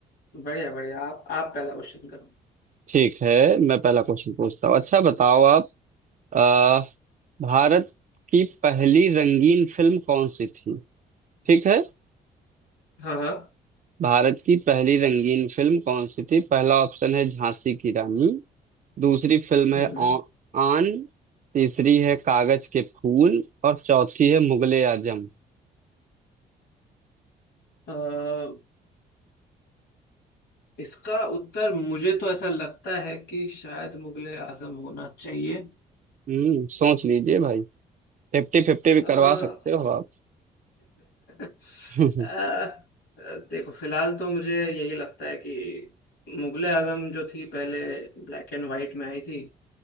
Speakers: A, on the left; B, on the right.
A: बढ़िया बढ़िया आप आप पहला क्वेश्चन करो
B: ठीक है मैं पहला क्वेश्चन पूछता हूँ अच्छा बताओ आप अ, भारत की पहली रंगीन फिल्म कौन सी थी ठीक है
A: हाँ हाँ
B: भारत की पहली रंगीन फिल्म कौन सी थी पहला ऑप्शन है झांसी की रानी दूसरी फिल्म है
A: हम्म
B: औ- आन तीसरी है कागज के फूल और चौथी है मुगले आजम
A: अ, इसका उत्तर मुझे तो ऐसा लगता है कि शायद मुगले आजम होना चाहिए
B: हम्म सोच लीजिए भाई फिफ्टी फिफ्टी भी
A: अ,
B: करवा सकते
A: <laughs>
B: हो आप
A: अ,
B: <laughs>
A: देखो फिलहाल तो मुझे यही लगता है कि मुगले आजम जो थी पहले ब्लैक एंड वाइट में आई थी